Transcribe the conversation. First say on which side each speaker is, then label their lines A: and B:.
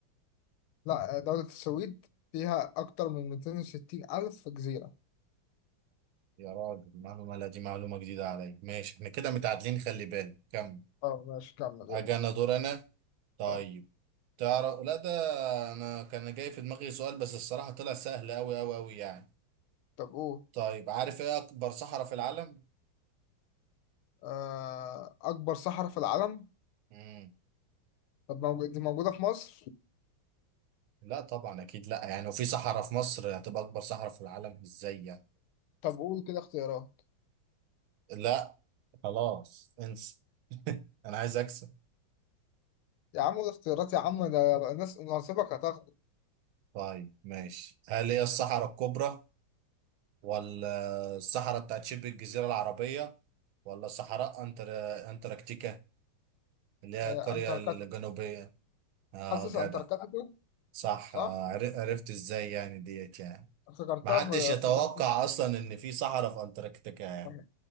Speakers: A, on the left (about 90°); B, on the right (about 80°).
A: لا دولة السويد فيها اكتر من 260 الف جزيرة
B: يا راجل معلومة لا دي معلومة جديدة عليا ماشي احنا كده متعادلين خلي بالك كمل
A: اه ماشي كمل
B: اجي
A: يلا
B: انا دور انا طيب
A: اه
B: تعرف لا ده انا كان جاي في دماغي سؤال بس الصراحة طلع سهل اوي اوي اوي يعني
A: طب قول
B: طيب عارف ايه اكبر صحراء في العالم؟
A: آه، اكبر صحراء في العالم
B: مم.
A: طب موجود دي موجودة في مصر
B: لا طبعا اكيد لا يعني لو في صحراء في مصر هتبقى اكبر صحراء في العالم ازاي يعني؟
A: طب قول كده اختيارات
B: لا خلاص انسى <laughs> انا عايز اكسب
A: يا عم قول اختيارات يا عم ده الناس ناصبك هتاخد
B: طيب ماشي هل هي الصحراء الكبرى ولا الصحراء بتاعت شبه الجزيرة العربية ولا صحراء أنتر... أنتاركتيكا اللي هي
A: آه،
B: القرية
A: انتاركتيكا
B: الجنوبية اه
A: حاسس
B: جدع
A: انتاركتيكا
B: صح
A: صح
B: آه، عر- عرفت ازاي يعني ديت يعني
A: افتكرتها
B: محدش
A: في م- افتكرتها
B: يتوقع اصلا ان في صحراء في انتاركتيكا يعني
A: في-